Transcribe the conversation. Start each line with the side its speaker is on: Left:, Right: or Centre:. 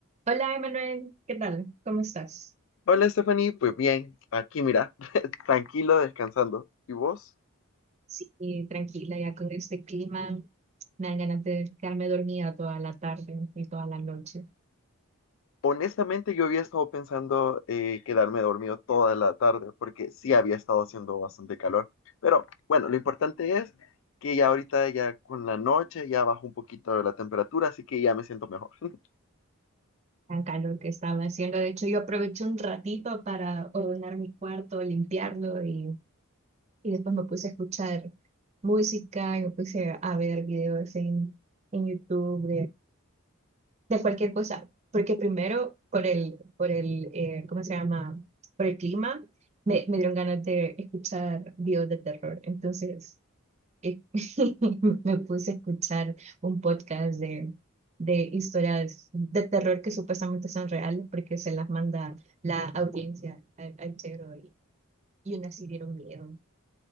Right: Hola, Emanuel, ¿qué tal? ¿Cómo estás?
Left: Hola Stephanie, pues bien, aquí mira, <laughs> tranquilo, descansando. ¿Y vos?
Right: Sí, eh, tranquila, ya con este clima me dan ganas de quedarme dormida toda la tarde y toda la noche.
Left: Honestamente yo había estado pensando eh, quedarme dormido toda la tarde porque sí había estado haciendo bastante calor. Pero bueno, lo importante es que ya ahorita ya con la noche ya bajó un poquito la temperatura, así que ya me siento mejor. <laughs>
Right: Tan calor que estaba haciendo. De hecho, yo aproveché un ratito para ordenar mi cuarto, limpiarlo y, y después me puse a escuchar música, y me puse a ver videos en, en YouTube de cualquier cosa, porque primero por el, por el, eh, ¿cómo se llama? Por el clima, me, me dieron ganas de escuchar videos de terror. Entonces, eh, <laughs> me puse a escuchar un podcast de, de historias de terror que supuestamente son reales, porque se las manda la audiencia al, al chero y, y unas sí dieron miedo,